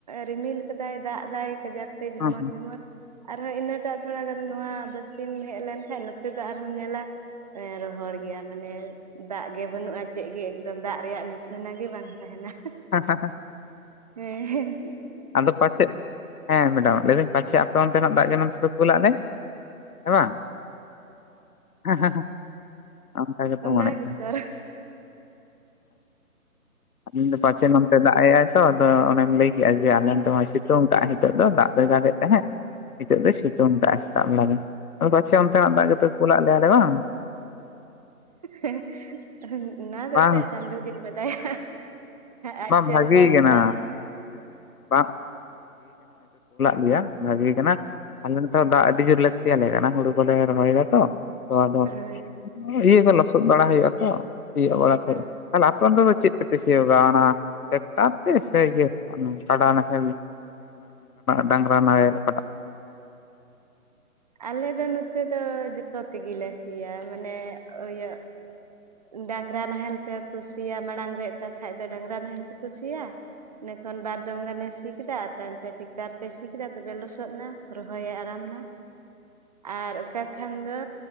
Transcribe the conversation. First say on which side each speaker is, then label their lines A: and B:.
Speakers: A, on the right (about 25°); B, on the left (about 75°).
A: ᱨᱤᱢᱤᱞ ᱠᱟᱫᱟᱭ ᱫᱟᱜ ᱫᱟᱭ ᱠᱟᱡᱟᱠ᱾ ᱛᱮ ᱡᱷᱢᱚᱨ
B: ᱦᱮᱸ
A: ᱡᱷᱢᱚᱨ ᱟᱨᱦᱚᱸ ᱤᱱᱟᱹᱴᱟᱜ ᱛᱷᱚᱲᱟ ᱜᱟᱱ ᱱᱚᱣᱟ ᱵᱥᱛᱤᱢ ᱦᱮᱡ ᱞᱮᱱᱠᱷᱟᱱ ᱱᱚᱛᱮ ᱫᱚ ᱟᱨᱦᱢ ᱧᱮᱞᱟ ᱮ ᱨᱚᱦᱚᱲ ᱜᱮᱭᱟ ᱢᱟᱱᱮ ᱫᱟᱜ ᱜᱮ ᱵᱟᱹᱱᱩᱜᱼᱟ᱾ ᱪᱮᱫ ᱜᱮ ᱮᱠᱫᱚᱢ ᱫᱟᱜ ᱨᱮᱭᱟᱜ ᱱᱤᱥᱟᱱᱟ ᱜᱮ ᱵᱟᱝ ᱛᱟᱦᱮᱱᱟ᱾
B: <unintelligible>
A: ᱦᱮᱸ
B: ᱟᱫᱚ ᱯᱟᱪᱮᱫ ᱦᱮᱸ ᱢᱮᱰᱟᱢ ᱞᱟᱹᱭᱫᱟᱹᱧ ᱯᱟᱪᱷᱮ ᱟᱯᱮ ᱚᱱᱛᱮᱱᱟᱜ ᱫᱟᱜ ᱜᱮ ᱱᱚᱛᱮᱯᱮ ᱠᱩᱞᱟᱜ ᱞᱮ ᱦᱮᱸ ᱵᱟᱝ, <inaudible> ᱚᱱᱠᱟ ᱜᱮᱛᱚ
A: ᱚᱱᱟ
B: ᱢᱟᱲᱮᱜ
A: ᱜᱮᱛᱚ
B: ᱠᱟᱱᱟ᱾ <unintelligible> ᱯᱟᱪᱮᱫ ᱱᱚᱝᱛᱮ ᱫᱟᱜ ᱮᱭᱟᱭ ᱛᱚ ᱟᱫᱚ ᱚᱱᱮᱢ ᱞᱟᱹᱭᱠᱮᱫ ᱡᱮ ᱟᱞᱮᱱᱚᱛᱮ ᱥᱤᱛᱩᱝ ᱠᱟᱭ ᱱᱤᱛᱚᱜ ᱫᱚ ᱫᱟᱜ ᱫᱚᱭ ᱫᱟᱜᱮᱭᱛ ᱛᱟᱦᱮᱛ᱾ ᱱᱤᱛᱚᱜ ᱫᱚᱭ ᱥᱤᱛᱩᱝ ᱠᱟᱟᱜ ᱥᱮᱛᱟᱜ ᱵᱮᱲᱟ ᱫᱚ, ᱯᱟᱪᱷᱮ ᱚᱱᱛᱮ ᱱᱟᱜ ᱫᱟᱜ ᱜᱮᱯᱮ ᱠᱩᱞᱟᱫ ᱞᱮᱭᱟ ᱵᱟᱝ
A: <inaudible> ᱚᱱᱟ ᱫᱚ
B: ᱵᱟᱝ
A: ᱱᱛᱮ ᱪᱟᱸᱫᱚ ᱜᱤᱧ ᱵᱟᱰᱟᱭᱟ᱾ ᱟᱡ
B: ᱵᱟᱝ
A: ᱪᱮᱫ
B: ᱵᱷᱟᱜᱤ
A: ᱞᱮᱠᱟᱭ ᱜᱚᱴᱟ
B: ᱠᱟᱱᱟ
A: ᱠᱟᱫᱟ
B: <inaudible> ᱞᱮᱭᱟ ᱵᱷᱟᱜᱮ ᱠᱟᱱᱟ ᱟᱞᱮ ᱱᱚᱛᱮ ᱫᱟᱜ ᱟᱹᱰᱤ ᱡᱳᱨ ᱞᱮ ᱠᱟᱱᱟ ᱦᱩᱲᱩ ᱠᱚᱞᱮ ᱨᱚᱦᱚᱭ ᱫᱟ ᱛᱚ ᱟᱫᱚ
A: ᱦᱮᱸ
B: ᱤᱭᱟᱹ ᱠᱚ ᱞᱚᱥᱚᱫ ᱵᱟᱲᱟ ᱦᱩᱭᱩᱜᱼᱟ ᱛᱚ᱾ ᱥᱤᱭᱜ ᱵᱟᱲᱟ ᱠᱚ
A: ᱦᱮᱸ,
B: ᱛᱟᱦᱚᱞᱮ ᱟᱯᱮ ᱫᱚ ᱪᱮᱫ ᱛᱮᱯᱮ ᱥᱤᱭᱳᱚᱜᱼᱟ ᱚᱱᱟ ᱴᱮᱠᱴᱟᱨ ᱛᱮ ᱥᱮ ᱤᱭᱟᱹ ᱠᱟᱰᱟ ᱱᱟᱦᱮᱞ ᱰᱟᱝᱨᱟ ᱱᱟᱦᱮᱞ ᱚᱠᱟ ᱢᱟ?
A: ᱟᱞᱮ ᱫᱚ ᱱᱚᱛᱮ ᱫᱚ ᱡᱚᱛᱚ ᱛᱮᱜᱮᱞᱮ ᱥᱤᱭᱟ, ᱢᱟᱱᱮ ᱤᱭᱟᱹ ᱰᱟᱝᱨᱟ ᱱᱟᱦᱮᱞ ᱯᱮ ᱠᱩᱥᱤᱭᱟ ᱢᱟᱲᱟᱝ ᱨᱮ ᱛ ᱠᱷᱟᱱᱡ ᱫᱚ ᱰᱟᱝᱨᱟ ᱱᱟᱦᱮᱞ ᱯᱮ ᱠᱩᱥᱤᱭᱟᱜ, ᱤᱱᱟᱹᱠᱷᱚᱱ ᱵᱟᱨ ᱫᱚᱢ ᱜᱟᱱᱮ ᱥᱤ ᱠᱮᱫᱟ ᱟᱨ ᱛᱟᱭᱚᱢᱛᱮ ᱴᱮᱠᱴᱟᱨ ᱛᱮ ᱥᱤ ᱠᱮᱫᱟ ᱛᱚᱵᱮ ᱞᱚᱥᱚᱫ ᱮᱱᱟ᱾ ᱨᱚᱦᱚᱭᱮ ᱟᱨᱟᱢ ᱮᱱᱟ᱾ ᱟᱨ ᱚᱠᱟ ᱠᱷᱟᱱ ᱫᱚ